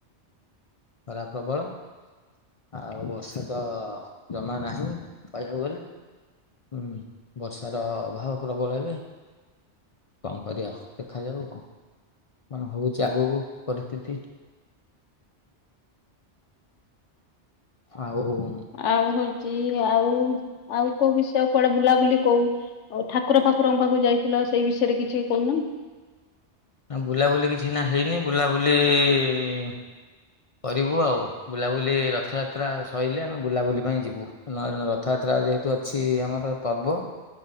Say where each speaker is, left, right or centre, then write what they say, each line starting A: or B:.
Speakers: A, on the left; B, on the left.
A: ଖରା ପ୍ରବଳ ଆଉ ବର୍ଷା ତ ଜମା ନାହିଁ କହିବାକୁ ଗଲେ। ହୁଁ ବର୍ଷାର ଅଭାବ ପ୍ରବଳ ଏବେ। କଣ କରିବା ଦେଖାଯାଉ ଆଉ। କଣ ହଉଚି ଆଗକୁ ପରିସ୍ଥିତି। ଆଉ ଉ ଉଁ
B: ଆଉ ହଉଚି ଆଉ ଆଉ କୋଉ ବିଷୟ କୁଆଡ଼େ ବୁଲାବୁଲି କହୁ ଓ ଠାକୁର ଫାକୁରଙ୍କ ପାଖକୁ ଯାଇଥିଲ ସେଇ ବିଷୟରେ କିଛି କହୁନ?
A: ନା ବୁଲାବୁଲି କିଛି ଏଇନା ହେଇନି ବୁଲାବୁଲି ଇ ଇ ଇ ଇଁ କରିବୁ ଆଉ। ବୁଲାବୁଲି ରଥଯାତ୍ରା ସଇଲେ ଆମେ ବୁଲାବୁଲି ପାଇଁ ଯିବୁ ନହେଲେ ରଥଯାତ୍ରା ଯେହେତୁ ଅଛି ଆମର ପର୍ବ